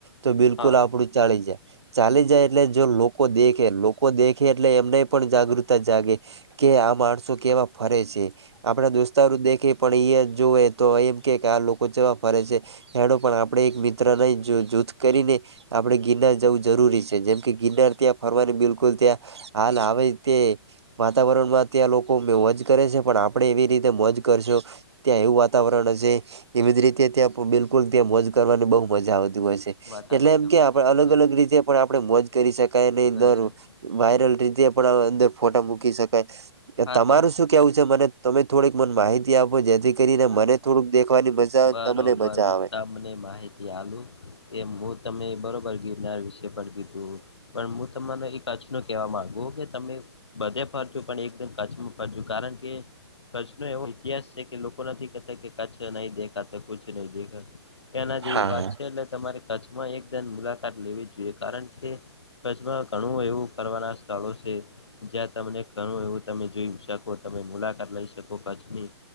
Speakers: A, on the right; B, on the left.
A: તો બિલકુલ
B: હા
A: આપડું ચાલી જાય ચાલી જાય એટલે જો લોકો દેખે લોકો દેખે એટલે એમને પણ જાગૃતતા જાગે કે આ માણસો કેવા ફરે છે આપડા દોસ્તારો દેખે પણ અયા જોએ તો એમ કે કે આ લોકો કેવા ફરે છે એનો પણ આપણે એક મિત્ર નહીં જો જૂથ કરીને આપડે ગિરનાર જવું જરૂરી છે જેમ કે ગિરનાર ત્યાં ફરવાની બિલકુલ ત્યાં હાલ આવે રીતે વાતાવરણમાં અ ત્યાં લોકો મે મોજ કરે છે પણ આપડે એવી રીતે મોજ કરશું ત્યાં એવું વાતાવરણ હશે એવી જ રીતે ત્યાં બિલકુલ ત્યાં મોજ કરવાની બહુ મજા આવતી હોય છે
B: વાત સાચી
A: એટલે એમ
B: તમારી
A: કે આપડે
B: એકદમ
A: અલગ અલગ રીતે પણ આપણેે મોજ કરી શકાય નહી
B: કરી શકી
A: વાયરલ રીતે પણ અંદર ફોટા મૂકી શકાય
B: હા
A: તમારું
B: તો હું
A: શું
B: તમને
A: કેવું છે મને તમે થોડીક મને માહિતી આપો જેથી કરીને મને થોડુંક દેખવાની મજા આવે
B: <unintelligible> મુદ્દા
A: તમને મજા આવે
B: અને માહિતી યાલું એ હું તમે બરાબર ગિરનાર વિશે પણ કીધું પણ હું તમારો એકાચનો કહેવા માંગુ કે તમે બધે ફરજું પણ એકદ કચ્છમાં ફરજું કારણ કે કચ્છ નો એવો ઇતિહાસ છે કે લોકો નથી કેતા કચ્છ નહી દેખા તો કુછ નહી દેખા એના જેવી
A: હા
B: વાત છે એટલે તમારે કચ્છમાં એકદન મુલાકાત લેવી જોઈએ કારણ કે કચ્છમાં ઘણું એવું કરવાના સ્થળો છે જ્યાં તમને ઘણું એવું તમે જોઈ શકો તમે મુલાકાત લઈ શકો કચ્છની